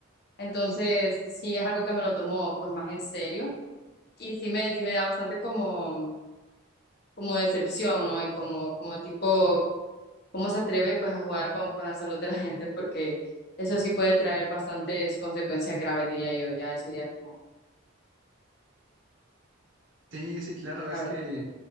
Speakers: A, on the left (about 50°); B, on the right (about 70°).
A: Entonces, sí es algo que me lo tomó pues más en serio y sí me, sí me da bastante como, como decepción, ¿no? Y como, como tipo, cómo se atreve pues a jugar con, con la salud de la gente porque eso sí puede traer bastantes consecuencias graves, diría yo, ya eso ya es como,
B: Sí, sí, claro,
A: ¿sabes?
B: es que